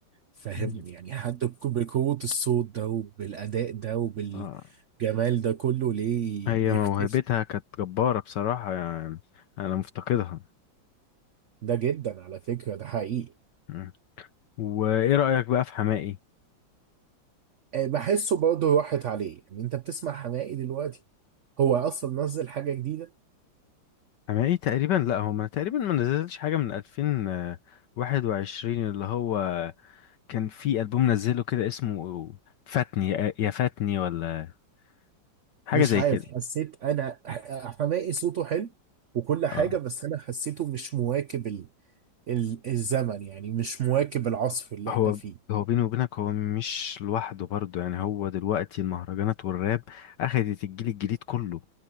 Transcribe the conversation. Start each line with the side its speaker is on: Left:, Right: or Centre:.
Right: فاهمني
Left: مم.
Right: يعني حد بك- بقوه الصوت ده وبالاداء ده وبال
Left: اه
Right: جمال ده كله ليه
Left: هي موهبتها
Right: يختفي
Left: كانت جبارة بصراحة يعني أنا مفتقدها
Right: ده جدا على فكرة ده حقيقي
Left: مم. وإيه رأيك بقى في حماقي؟
Right: آه، بحسه برضه راحت عليه يعني انت بتسمع حماقي دلوقتي هو اصلا نزل حاجة جديدة
Left: حماقي تقريبا لأ هو ما تقريبا ما نزلش حاجة من 2021 اللي هو كان في ألبوم نزله كده اسمه فاتني يا فاتني ولا حاجة
Right: مش
Left: زي
Right: عارف
Left: كده
Right: حسيت انا ح- حماقي صوته حلو وكل حاجة
Left: اه
Right: بس انا حسيته مش مواكب ال... ال... الزمن يعني مش مواكب العصر اللي
Left: هو
Right: احنا فيه
Left: هو بيني وبينك هو مش لوحده برضه يعني هو دلوقتي المهرجانات والراب أخدت الجيل الجديد كله